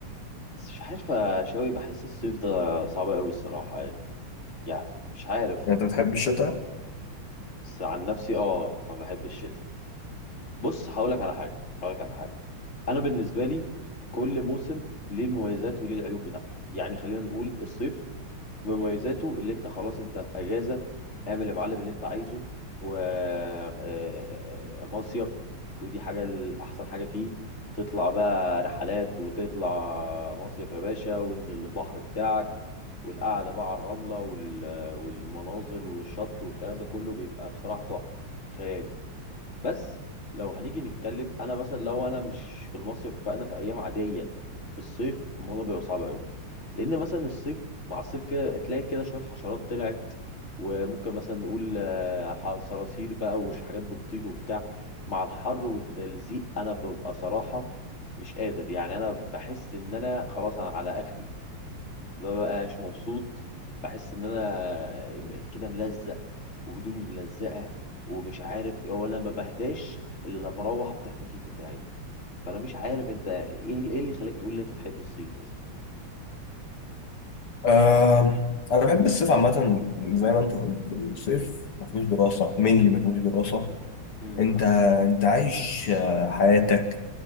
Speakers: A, on the left; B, on the left.
A: بس مش عارف يا شاوي بحس الصيف ده صعب قوي الصراحة يعني يعني مش عارف
B: يعني أنت بتحب الشتاء؟
A: بس عن نفسي اه ما بحب الشتاء بص هقولك على حاجة هقولك على حاجة انا بالنسبة لي كل موسم ليه المميزات وليه العيوب بتاعته يعني خلينا نقول الصيف ومميزاته اللي انت خلاص انت في اجازه اعمل يا معلم اللي انت عايزه و آه، آه، مصيف ودي حاجه الاحسن حاجه فيه تطلع بقى رحلات وتطلع مصيف يا باشا وانزل البحر بتاعك والقعده بقى على الرمله وال... والمناظر والشط والكلام ده كله بيبقى بصراحه تحفه خيالي بس لو هنيجي نتكلم انا مثلا لو انا مش في المصيف فانا في ايام عاديه في الصيف الموضوع بيبقى صعب قوي لان مثلا الصيف مع الصيف كده تلاقي كده شويه حشرات طلعت وممكن مثلا نقول آه، ح- صراصير بقى وش حاجات بتطير وبتاع مع الحر والتلزيق انا ببقى صراحه مش قادر يعني انا بحس ان انا خلاص انا على اخري مببقاش مبسوط بحس ان انا كده ملزق وهدومي ملزقه ومش عارف ولا ما بهداش الا لما اروح افتح التكييف بتاعي فانا مش عارف انت ايه ايه اللي خلاك تقول لي انت تحب الصيف مثلا
B: آه أنا بحب الصيف عامة زي ما أنت قلت الصيف مفيهوش دراسة مين اللي مفيهوش دراسة؟
A: امم
B: أنت أنت عايش آه، حياتك